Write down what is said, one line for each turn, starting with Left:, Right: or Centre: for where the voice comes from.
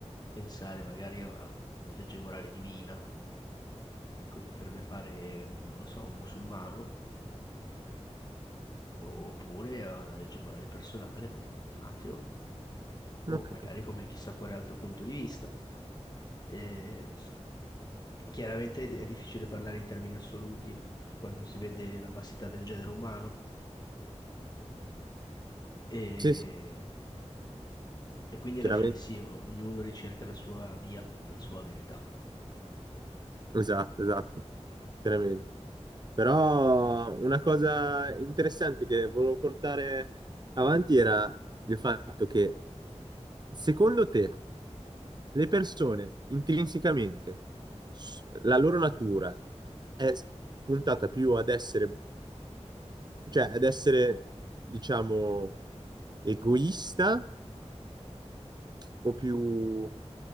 Left: pensare magari a a una legge morale divina, come potrebbe fare, non lo so, un musulmano, oppure a una legge morale personale come un ateo, o
Right: Ok.
Left: magari come chissà quale altro punto di vista. E chiaramente è di- è difficile parlare in termini assoluti quando si vede la vastità del genere umano. E,
Right: Sì, sì.
Left: e quindi
Right: Chiaramente.
Left: alla fine sì, o- ognuno ricerca la sua via, la sua verità.
Right: Esatto, esatto, veramente. Però una cosa interessante che volevo portare avanti era il fatto che secondo te le persone intrinsecamente, s- la loro natura è s- puntata più ad essere, cioè ad essere, diciamo, egoista o più